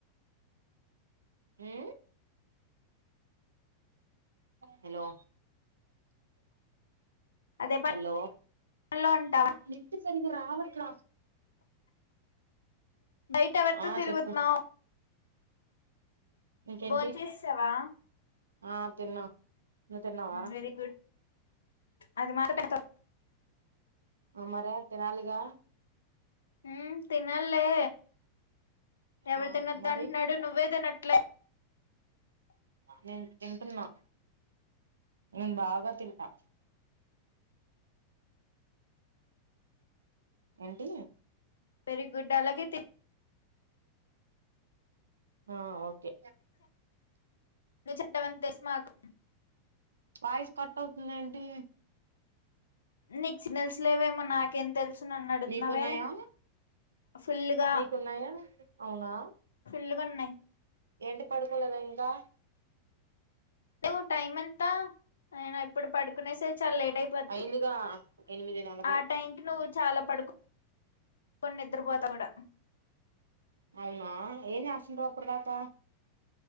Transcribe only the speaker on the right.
ఉ హలో
హలో
నిప్పు సరిగా రావట్ల
ఆ
చెప్పు ఇంకేంటి
ఆ తిన్నా నువ్వు తిన్నావా
అ మరే తినాలిగా
ఆ మరి
నేను తింటున్నా నేను బాగా తింటా ఏంటి
ఆ ఓకే
వాయిస్ కట్ అవుతుందేంటి
మీకున్నాయా
మీకున్నాయా అవునా
ఏంటి పడుకోలేదా ఇంకా?
అయిందిగా ఎనిమిది నలభై
అవునా ఏం చేస్తుంటవ్ అప్పుడు దాకా?